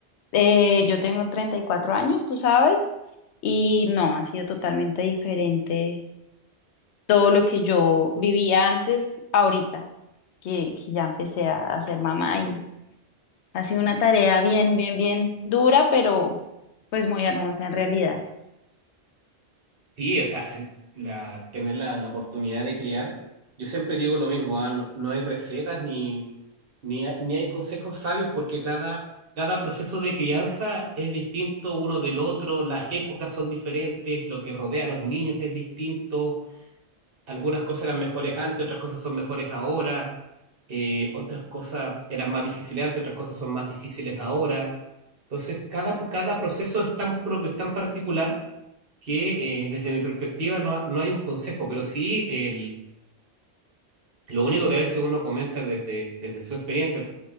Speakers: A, on the left (about 85°); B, on the right (about 60°).
A: eh, yo tengo 34 años, tú sabes, y no, ha sido totalmente diferente todo lo que yo vivía antes, ahorita, que, que ya empecé a, a ser mamá y ha sido una tarea bien, bien, bien dura, pero pues muy hermosa en realidad.
B: Sí, o sea, la, tener la, la oportunidad de criar, yo siempre digo lo mismo, ah, No, no hay recetas ni, ni, hay, ni hay consejos sabios porque cada, cada proceso de crianza es distinto uno del otro, las épocas son diferentes, lo que rodea a los niños es distinto, algunas cosas eran mejores antes, otras cosas son mejores ahora, eh, otras cosas eran más difíciles antes, otras cosas son más difíciles ahora. Entonces, cada, cada proceso es tan propio, es tan particular que eh, desde mi perspectiva no, ha- no hay un consejo, pero sí el, lo único que a veces uno comenta desde, desde su experiencia.